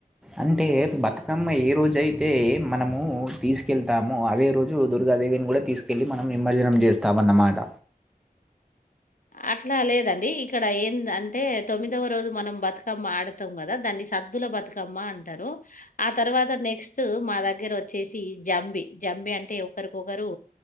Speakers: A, in the centre; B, on the left (about 60°).
A: అంటే బతుకమ్మ ఏ రోజు అయితే మనము తీసుకెళ్తామో అదే రోజు దుర్గాదేవి బెన్ గూడ తీసుకెళ్ళి మనం నిమజ్జనం చేస్తాం అన్నమాట
B: అట్ల లేదండి ఇక్కడ ఏంద్ అంటే తొమ్మిదవ రోజు మనం బతుకమ్మ ఆడతాం కదా దాన్ని సత్ సద్దుల బతుకమ్మ అంటరు ఆ తర్వాత నెక్స్ట్ మా దగ్గర వచ్చేసి జంబి జంబి బి అంటే ఒకరికొకరు